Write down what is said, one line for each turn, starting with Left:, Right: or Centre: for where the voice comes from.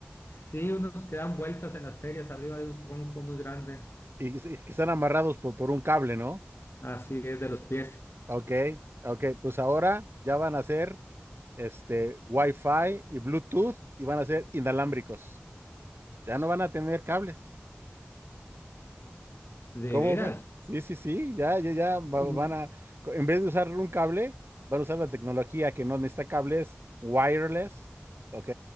Left: Sí, unos que dan vueltas en las ferias arriba de un tronco muy grande,
Right: Y, que que están amarrados por, por un cable, ¿no?
Left: así es de los pies,
Right: Ok, ok, pues ahora ya van a ser este Wi-Fi y Bluetooth y van a ser inalámbricos. Ya no van a tener cables.
Left: de
Right: ¿Cómo
Left: veras.
Right: ve? Sí, sí, sí, ya, ya, ya va-
Left: Mm,
Right: van a, co- en vez de usar un cable, van a usar la tecnología que no necesita cables wireless, ¿ok?